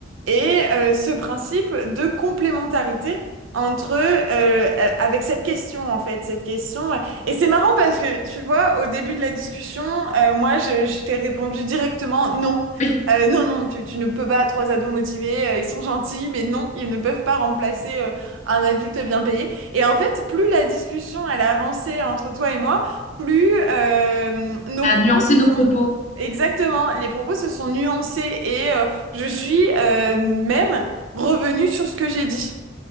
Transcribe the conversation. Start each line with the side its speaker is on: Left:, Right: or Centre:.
Right: et euh, ce principe de complémentarité entre euh, euh, avec cette question en fait, cette question. Et c'est marrant parce que tu vois, au début de la discussion, euh, moi, je, je t'ai répondu directement non,
Left: Oui,
Right: Euh, non, non, tu, tu ne peux pas. Trois ados motivés, euh, ils sont gentils, mais non, ils ne peuvent pas remplacer euh, un adulte bien payé. Et en fait, plus la discussion elle a avancé entre toi et moi plus euh, nos
Left: à
Right: propos
Left: nuancer
Right: se
Left: nos
Right: sont
Left: propos.
Right: exactement, les propos se sont nuancés et euh, je suis euh, même revenue sur ce que j'ai dit.